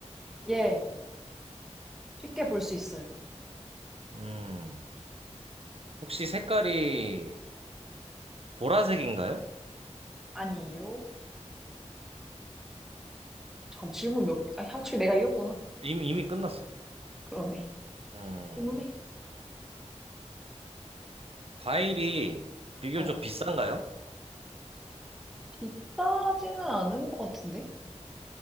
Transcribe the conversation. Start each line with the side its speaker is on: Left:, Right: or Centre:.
Centre: 예. 쉽게 볼 수 있어요.
Right: 음, 혹시 색깔이 보라색인가요?
Centre: 아니요? 잠깐, 질문 몇, 개- 아, 하추 내가 이겼구나.
Right: 이미, 이미 끝났어.
Centre: 그러네.
Right: 음,
Centre: 질문해.
Right: 과일이 비교적
Centre: 어.
Right: 비싼가요?
Centre: 비싸지는 않은 것 같은데?